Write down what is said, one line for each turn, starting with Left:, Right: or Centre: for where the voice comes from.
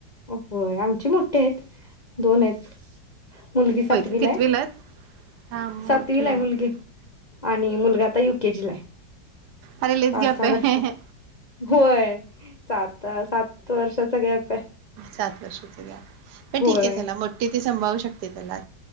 Left: होय आमची मोठी आहेत <inaudible> मुलगी सातवीलाय
Right: होय का कितवीला आहेत? हा मोठी
Left: सातवीलाय
Right: आहे
Left: मुलगी आणि मुलगा आता युकेजीलाय.
Right: अरे लईच
Left: पाच
Right: गॅप
Left: सहा
Right: आहे
Left: वर्ष होय. सात सात वर्षाचा गॅप आहे.
Right: सात वर्षाच गॅप, पण
Left: होय
Right: ठीक आहे चला मोठी ती संभाळू शकता. तेला.